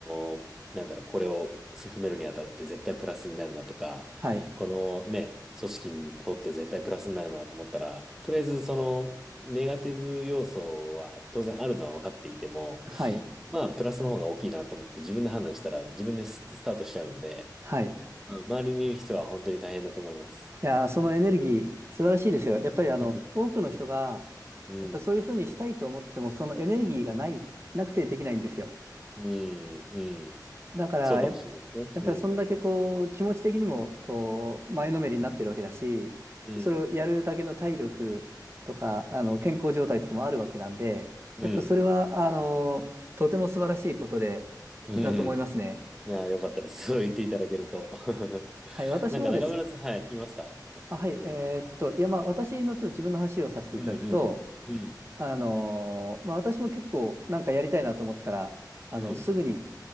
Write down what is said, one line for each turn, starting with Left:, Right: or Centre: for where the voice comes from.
Centre: の、なんだろう、これを進めるにあたって絶対プラスになるなとか、
Right: はい。
Centre: このね、組織にとって絶対プラスになるなと思ったら、とりあえずその、ネガティブ要素は当然あるのは分かっていても、
Right: はい。
Centre: まあ、プラスの方が大きいなと思って自分で判断したら自分でススタートしちゃうんで、
Right: はい。い
Centre: うん周りにいる人は本当に大変だと思います。
Right: やー、そのエネルギー素晴らしいですよ。やっぱりあの、
Centre: <laughs>
Right: 多くの人が、
Centre: うん。
Right: やっぱそういうふうにしたいと思っても、そのエネルギーがない、なくてできないんですよ。
Centre: うん。うん。
Right: だから、
Centre: そうかもしれないですね。
Right: やっやっぱりそんだけこう、
Centre: うん。
Right: 気持ち的にも、こう、前のめりになってるわけだし、
Centre: うん。
Right: それをやるだけの体力とか、あの、健康状態とかもあるわけなんで、
Centre: うん。
Right: やっぱそれは、あの、とても素晴らしいことで、
Centre: うん。
Right: だと思いますね。
Centre: いやー、よかったです。そう言っていただけると。<laughs>
Right: はい、私もです。
Centre: なんか中村さん、はい、いますか
Right: あ、はい、
Centre: うん。
Right: えーっと、いや、まあ、私のちょっと自分の話をさせていただくと、
Centre: うん。うん。うん。
Right: あの、まあ、私も結構なんかやりたいなと思ったら、あの、
Centre: うん。
Right: すぐに、